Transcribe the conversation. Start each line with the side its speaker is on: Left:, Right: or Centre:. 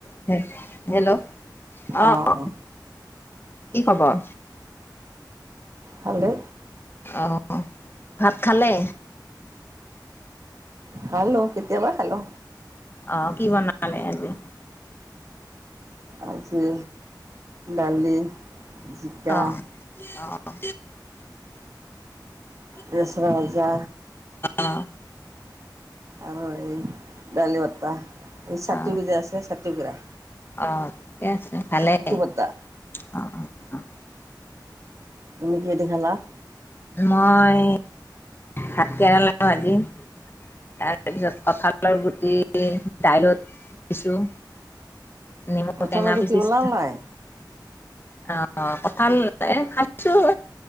Left: <unintelligible> হেল্ল' অহ
Right: অঁ অঁ
Left: কি খবৰ।
Right: ভালে।
Left: অ' ভাত খালে।
Right: খালো কেতিয়া বা খালো।
Left: অ' কি বনালে আজি।
Right: আাজি দালি। জিকা
Left: অ', -অ'। <inaudible>
Right: লেচৰা ভাজা।
Left: অ
Right: আৰু এই দালি বতা। এই চাতু
Left: অ
Right: যে আছে চা <unintelligible>
Left: অ' ঠিকে আছে, ভালেই
Right: বটা
Left: অ', -অ'। অ'।
Right: তুমি কিহেদি খালা?
Left: মই ভাত কেৰালা ভাজি তাৰপিছত কঁঠালৰ গুটি দাইলত দিছো। নেমু
Right: কঠালগুটি
Left: টেঙা পিচিছো
Right: ওলাল নাই।
Left: অ' কঠাল এ খাইছো